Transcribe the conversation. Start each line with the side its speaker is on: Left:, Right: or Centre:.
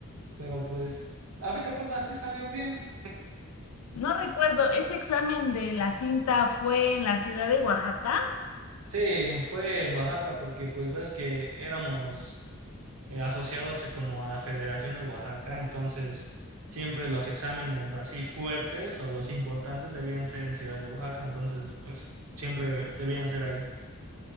Right: pero pues a fin de cuentas sí salió bien.
Left: No recuerdo, ese examen de la cinta fue en la ciudad de Oaxaca.
Right: Sí, fue en Oaxaca porque pues ves que éramos eh, asociados eh, como a la Federación de Oaxaca, entonces siempre los exámenes así fuertes o los importantes debían ser en Ciudad de Oaxaca, entonces pues siempre debían ser ahí.